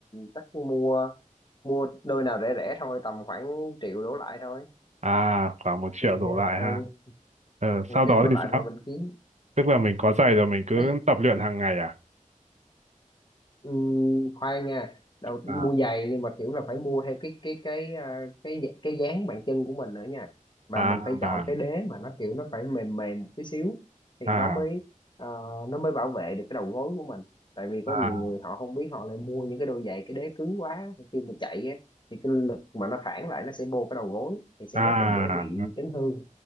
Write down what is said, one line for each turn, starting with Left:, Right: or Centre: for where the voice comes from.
Left: chắc mua mua đôi nào rẻ rẻ thôi tầm khoảng triệu đổ lại thôi
Right: à khoảng một triệu
Left: thì
Right: đổ lại
Left: ờ,
Right: ha
Left: ừ
Right: Ờ, sau
Left: một
Right: đó
Left: triệu đổ
Right: thì
Left: lại mà
Right: sao
Left: mình kiếm
Right: tức là mình có giày rồi mình cứ
Left: nói
Right: tập luyện hàng ngày à
Left: Ừ, khoan nha đầu mua
Right: à
Left: giày nhưng mà kiểu là phải mua theo cái cái cái à, cái dạ- cái dáng bàn chân của mình nữa nha và
Right: à
Left: mình phải chọn
Right: à,
Left: cái đế mà nó kiểu nó phải mềm mềm một tí xíu thì
Right: à.
Left: nó mới ờ, nó mới bảo vệ được cái đầu gối của mình tại vì có
Right: à
Left: nhiều người họ không biết họ lại mua những cái đôi giày cái đế cứng quá thì khi mà chạy á, thì cái lực mà nó phản lại nó sẽ vô cái đầu gối thì sẽ
Right: à
Left: rất là dễ
Right: à.
Left: bị chấn thương